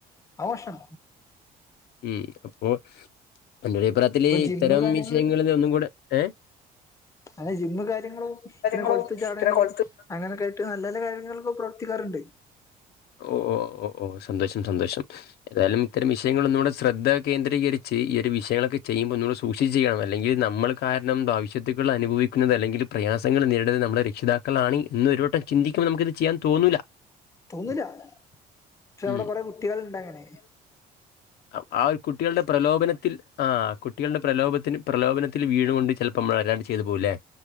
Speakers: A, on the left; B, on the left.
A: അഹ് മോശം
B: ഉം അപ്പോ എന്റൊരു അഭിപ്രായത്തില്
A: ഇപ്പൊ ജിമ്മ്
B: ഇത്തരം
A: കാര്യങ്ങള്
B: വിഷയങ്ങളിലൊന്നുക്കൂടെ ഏഹ്
A: അല്ല ജിമ്മ് കാര്യങ്ങളും
B: കാര്യങ്ങളും
A: പിന്നെ കൊളത്ത് ചാടാന്
B: പിന്നെ കൊളത്ത്
A: അങ്ങനൊക്കായിട്ട് നല്ലത് കാര്യങ്ങള്ക്ക് പ്രവർത്തിക്കാറ്ണ്ട്
B: ഓഹ് ഓഹ് ഓഹ് ഓഹ് സന്തോഷം സന്തോഷം ഏതായാലും ഇത്തരം വിഷയങ്ങള് ഒന്നൂടെ ശ്രദ്ധകേന്ദ്രീകരിച്ച് ഈ ഒരു വിഷയങ്ങളൊക്കെ ചെയ്യുമ്പോ ഒന്നൂടെ സൂക്ഷിച്ച് ചെയ്യണം അല്ലെങ്കിൽ നമ്മള് കാരണം ഭാവിശ്യത്തുകള് അനുഭവിക്കുന്നത് അല്ലെങ്കില് പ്രയാസങ്ങൾ നേരിടുന്നത് നമ്മളെ രക്ഷിതാക്കളാണ് എന്നരു ടെ ചിന്തിക്കുമ്പോ നമ്മക്കത് ചെയ്യാൻ തോന്നൂല്ല
A: തോന്നൂല്ല പക്ഷേ അവടെ
B: ഉം
A: കൊറെ കുട്ടികൾ ഇണ്ടങ്ങനെ
B: ആഹ് ആ ഒരു കുട്ടികള്ടെ പ്രലോഭനത്തിൽ ആഹ് കുട്ടികള്ടെ പ്രലോഭനത്തിന് പ്രലോഭന ത്തില് വീണ് കൊണ്ട് ചെലപ്പം അമ്മള് അറിയാണ്ട് ചെയ്തു പോവുലേ